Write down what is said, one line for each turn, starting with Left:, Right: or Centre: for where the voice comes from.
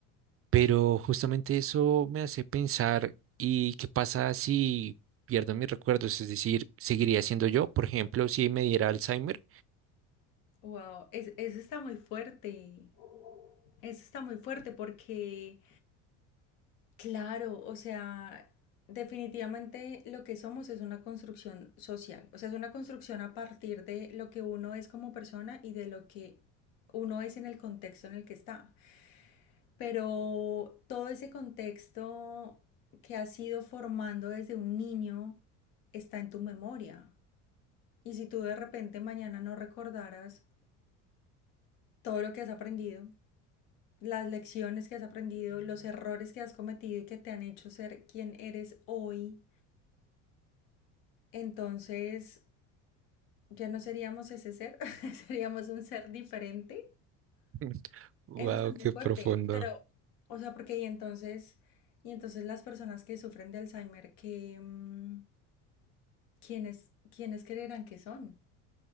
Right: pero justamente eso me hace pensar, ¿y qué pasa si pierdo mis recuerdos? Es decir, ¿seguiría siendo yo, por ejemplo, si me diera Alzheimer?
Left: Wow, eso está muy fuerte. Eso está muy fuerte porque, claro, o sea, definitivamente lo que somos es una construcción social. O sea, es una construcción a partir de lo que uno es como persona y de lo que uno es en el contexto en el que está. pero todo ese contexto que has ido formando desde un niño está en tu memoria. Y si tú de repente mañana no recordaras todo lo que has aprendido, las lecciones que has aprendido, los errores que has cometido y que te han hecho ser quien eres hoy, entonces ya no seríamos ese ser, <laughs> seríamos un ser diferente.
Right: <laughs> Wow,
Left: Eso está muy
Right: qué
Left: fuerte,
Right: profundo.
Left: pero, o sea, porque y entonces, y entonces las personas que sufren de Alzheimer, que, mm, ¿quiénes, quiénes creerán que son?